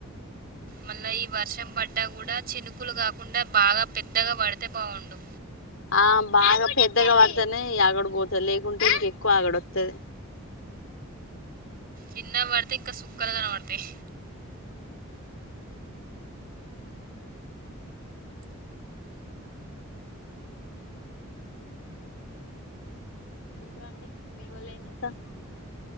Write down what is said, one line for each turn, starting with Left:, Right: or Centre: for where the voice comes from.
Right: మళ్ళా ఈ వర్షం పడ్డా కూడా చినుకులు కాకుండా బాగా పెద్దగా పడితే బావుండు
Left: ఆ బాగా పెద్దగా పడతానే ఈ ఆగడు పోతది లేకుంటే ఇంకెక్కువ ఆగడు వత్తాది
Right: చిన్నగ పడితే ఇంక సుక్కలుగనవడుతయి
Left: ఇంకా అండి మీ వాళ్ళు ఏం జేత్తళ్లు